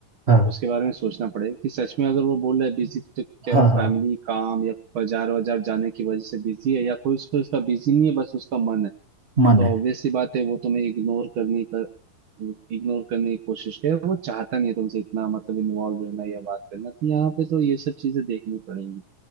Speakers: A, on the right (about 35°); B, on the right (about 80°).
A: हाँ
B: उसके बारे में सोचना पड़ेगा कि सच में अगर वो बोल रहा है बिजी तो क्या
A: हाँ
B: वो
A: हाँ
B: फैमिली काम या बाजार वाजार जाने की वजह से बिजी है या कोई उसको उसका बिजी नहीं है बस उसका मन है
A: मन
B: तो
A: है
B: ऑब्वियस सी बात है वो तुम्हें इग्नोर करने का इग्नोर करने की कोशिश करे वो चाहता नहीं है तुमसे इतना मतलब इन्वॉल्व रहना या बात करना तो यहाँ पे तो ये सब चीजें देखनी पड़ेंगी